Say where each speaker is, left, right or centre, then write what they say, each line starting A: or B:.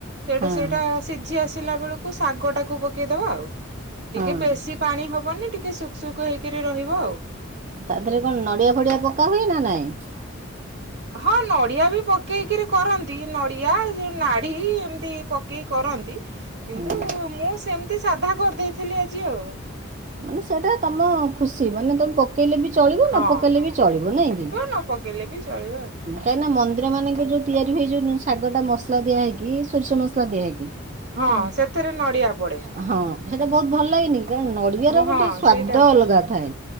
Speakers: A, on the right (about 50°); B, on the right (about 35°).
A: ସେଠୁ
B: ହଁ
A: ସେଇଟା ସିଝି ଆସିଲା ବେଳକୁ କୁ ଶାଗ ଟାକୁ ପକେଇଦବା ଆଉ। ଟିକେ
B: ହଁ ହଁ
A: ବେଶୀ ପାଣି ହବ। ଟିକେ ସୁଖ ସୁୁଖ ହେଇକି ରହିବ ଆଉ।
B: ତା
A: ହୁଁ।
B: ଦେହରେ କଣ ନଡିଆ ଫଡିଆ ପକା ହୁଏ ନା ନାଇଁ।
A: ହଁ ନଡିଆ ବି ପକେଇକିରି କରନ୍ତି ନଡିଆ ଯୋଉ ନାଢି ଏମିତି ପକେଇ କରନ୍ତି। କିନ୍ତୁ
B: ହୁଁ।
A: ମୁଁ ସେମତି ଏମତି ସାଧା କରିଦେଇଥିଲି ଆଜି ଆଉ।
B: ମାନେ ସେଇଟା ତମ ଖୁସି ମାନେ ତମେ ପକେଇଲେ ବି ଚଳିବ ନ
A: ହଁ
B: ପକେଇଲେ ବି ଚଳିବ ନାଇଁଁ
A: ନ ପକେଇଲେ ବି ଚଳିବ ଆଉ।
B: କାହିଁ ନା ମନ୍ଦିର ମାନଙ୍କ ଯୋଉ ତିଆରି ହୁଏ ଗୋଟା ମସଲା ଦିଆ ହେଇକି ସୋରିଷ ମସଲା ଦିଆ ହେଇକି।
A: ହଁ
B: ହେଲା
A: ସେଥିରେ ନଡିଆ ପଡେ।
B: ହଁ ସେଇଟା ବହୁତ ଭଲ ଲାଗେନି କାରଣ ନଡ଼ିଆର
A: ମୁଁ
B: ଗୋଟେ
A: ହଁ
B: ସ୍ଵାଦ
A: ସେଇଟା
B: ଅଲଗା ଥାଏ